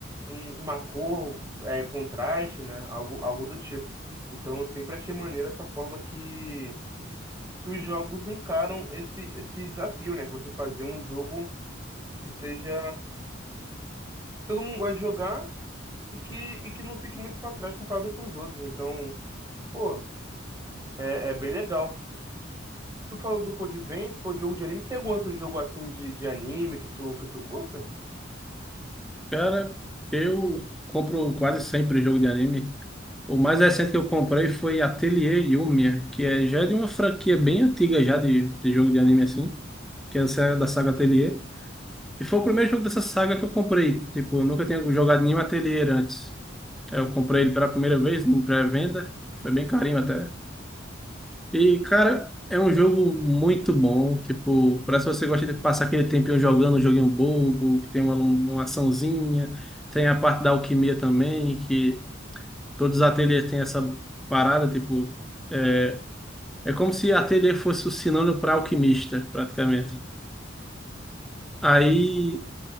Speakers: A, on the right; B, in the centre.
A: um- uma cor, é, contraste, né? Algo, algo do tipo. Então eu sempre achei maneiro essa forma que, que os jogos encaram esse, esse desafio, né? Que você fazer um jogo que seja. Todo mundo gosta de jogar e que, e que não fique muito para trás comparado com os outros. Então, pô, é, é bem legal. Tu falou do Code Vein, pô, jogo de anime. Tem algum outro jogo assim de, de anime que tu, que tu curta?
B: Cara, eu compro quase sempre jogo de anime. O mais recente que eu comprei foi Atelier Yumiya, que é, já é de uma franquia bem antiga já de, de jogo de anime assim, que é essa da saga Atelier. E foi o primeiro jogo dessa saga que eu comprei. Tipo, eu nunca tinha jogado nenhum Atelier antes. Eu comprei ele pela primeira vez, em pré-venda. Foi bem carinho até. E, cara, é um jogo muito bom. Tipo, parece que você gosta de passar aquele tempinho jogando um joguinho bobo, que tem uma, uma açãozinha. Tem a parte da alquimia também, que todos os ateliês têm essa parada, tipo. É, é como se ateliê fosse o sinônimo para alquimista, praticamente. Aí,